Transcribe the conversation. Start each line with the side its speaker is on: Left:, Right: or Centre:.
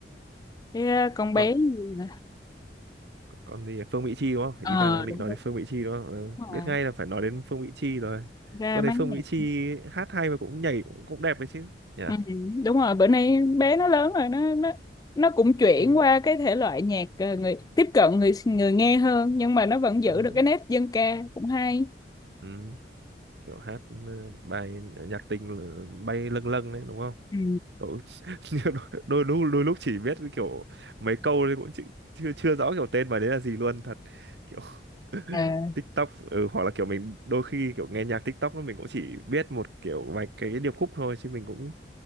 Left: cái ờ, con
Right: còn
Left: bé gì nè.
Right: còn thì Phương Mỹ Chi đúng không
Left: ờ
Right: ý bà đang định
Left: đúng
Right: nói
Left: đúng
Right: đến Phương Mỹ Chi đúng không ừ.
Left: đúng
Right: biết
Left: rồi
Right: ngay là phải nói đến Phương Mỹ Chi rồi
Left: ra
Right: tôi
Left: máng
Right: thấy Phương
Left: nhạc
Right: Mỹ Chi hát hay mà cũng nhảy cũng, cũng đẹp đấy chứ nhỉ
Left: ừ, đúng rồi bữa nay bé nó lớn rồi nó nó nó cũng chuyển
Right: ừ.
Left: qua cái thể loại nhạc ờ, người tiếp cận người người nghe hơn nhưng mà nó vẫn giữ
Right: Ừ.
Left: được cái nét dân ca cũng hay
Right: ừ kiểu hát ừ, bài nhạc tình ừ, bay lâng lâng đấy đúng không
Left: Ừ.
Right: Cậu <laughs> đôi, lúc đôi lúc chỉ biết kiểu mấy câu thì cũng chỉ, chưa chưa rõ kiểu tên bài đấy là gì luôn thật kiểu <laughs>
Left: À,
Right: TikTok ừ, hoặc là kiểu mình đôi khi kiểu nghe nhạc TikTok nó mình cũng chỉ biết một kiểu vài cái điệp khúc thôi chứ mình cũng